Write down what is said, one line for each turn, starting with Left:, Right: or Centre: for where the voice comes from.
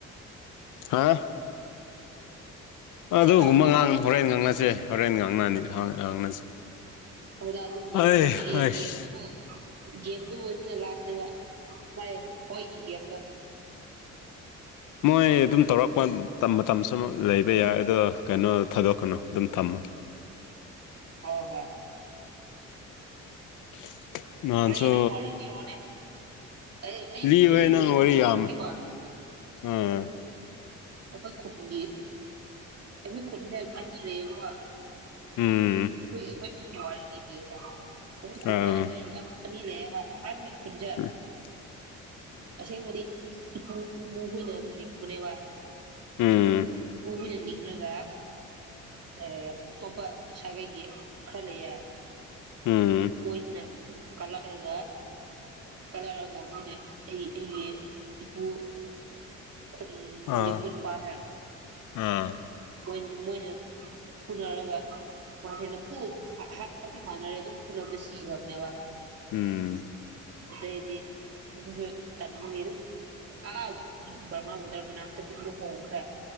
Left: ꯍꯥ
Right: ꯁꯤꯅ
Left: ꯑꯗꯨꯒꯨꯝꯕ
Right: ꯂꯥꯁꯅꯦꯕ
Left: ꯉꯥꯡꯒꯅꯨ ꯍꯣꯔꯦꯟ ꯉꯥꯡꯅꯁꯦ ꯍꯣꯔꯦꯟ ꯉꯥꯡꯅꯅꯤ ꯍꯣꯏ ꯍꯡ ꯉꯥꯡꯅꯁꯦ
Right: ꯍꯣꯏꯗ ꯑꯗꯨꯝ
Left: ꯑꯩ
Right: ꯑꯩꯈꯣꯏꯒꯤ
Left: ꯍꯩꯁ
Right: ꯒꯦꯝꯗꯨꯕꯨ ꯒꯦꯝꯗꯨꯕꯨ ꯁꯤꯅ ꯂꯥꯁꯅꯦꯕ ꯄꯨꯈꯥꯏꯌꯦ ꯍꯣꯏꯒꯤ ꯒꯦꯝꯗꯣ
Left: ꯃꯣꯏ ꯑꯗꯨꯝ ꯇꯧꯔꯛꯄ ꯃꯇꯝ ꯃꯇꯝꯁꯨꯃꯨꯛ ꯂꯩꯕ ꯌꯥꯏ ꯑꯗꯣ ꯀꯩꯅꯣ ꯊꯥꯗꯣꯛꯀꯅꯨ ꯑꯗꯨꯝ ꯊꯝꯃꯣ
Right: ꯑꯣ ꯍꯣꯏ
Left: <unintelligible> ꯅꯍꯥꯟꯁꯨ
Right: ꯀꯔꯤ ꯅꯪ ꯋꯥꯔꯤ ꯂꯤꯔꯛꯑꯣꯅꯦ ꯑꯩ ꯑꯩ
Left: ꯂꯤꯕꯣꯏ
Right: ꯑꯩ
Left: ꯅꯪ ꯋꯥꯔꯤ
Right: ꯑꯃ
Left: ꯌꯥꯝ
Right: ꯂꯤꯔꯛꯀꯦꯀꯣ
Left: ꯑ
Right: ꯑꯩꯈꯣꯏ ꯈꯨꯟꯒꯤ ꯑꯩꯈꯣꯏ ꯈꯨꯟꯖꯦ ꯑꯅꯤ ꯂꯩꯌꯦꯕꯀꯣ
Left: ꯎꯝ
Right: ꯑꯩꯈꯣꯏ ꯑꯩꯈꯣꯏ ꯏꯃꯨꯡꯒꯤ ꯋꯥꯔꯤ ꯂꯤꯕꯤꯌꯦꯁꯦ ꯑꯩꯈꯣꯏ ꯈꯨꯟꯖꯦ
Left: ꯑꯥ
Right: ꯑꯅꯤ ꯑꯅꯤ ꯂꯩꯌꯦꯕ ꯑꯍꯥꯟꯕꯒꯤ ꯈꯨꯟꯖꯦ
Left: <inaudible>
Right: ꯑꯁꯦꯡꯕꯗꯤ ꯏꯄꯨ ꯏꯄꯨꯈꯣꯏꯅ ꯂꯤꯡꯕꯅꯦꯕ
Left: ꯎꯝ
Right: ꯏꯄꯨ ꯍꯣꯏꯗ ꯂꯤꯡ ꯏꯔꯒ ꯑꯦ ꯑꯇꯣꯞꯄ ꯁꯥꯒꯩꯒꯤ ꯈꯔ ꯂꯩꯌꯦ
Left: ꯎꯝ
Right: ꯃꯣꯏꯁꯤꯅ ꯀꯂꯛ ꯔꯒ ꯀꯠꯂꯛꯔꯒ ꯃꯣꯏꯅ ꯑꯩ ꯑꯩꯒꯤ ꯏꯄꯨ ꯈꯨꯟ
Left: ꯑꯥ
Right: ꯂꯤꯡꯕ ꯅꯨꯄꯥꯁꯦ
Left: ꯑꯥ
Right: ꯃꯣꯏ ꯃꯣꯏꯅ ꯐꯨꯅꯔꯒ ꯃꯥꯁꯦ ꯅꯝꯐꯨ ꯍꯥꯠꯄꯒ ꯆꯞ ꯃꯥꯟꯅꯔꯦ ꯑꯗꯨꯝ ꯐꯨꯅꯕꯗ ꯁꯤꯈ꯭ꯔꯕꯅꯦꯕ
Left: ꯎꯝ
Right: ꯑꯗꯩꯗꯤ ꯑꯩꯈꯣꯏꯖꯨ ꯇꯟꯕꯒꯤ ꯑꯗꯨꯝ ꯑꯥ ꯕ꯭ꯔꯃꯥꯕꯨꯗ꯭ꯔ ꯃꯅꯥꯛꯇ ꯑꯗꯨꯗ ꯍꯣꯡꯈ꯭ꯔꯦ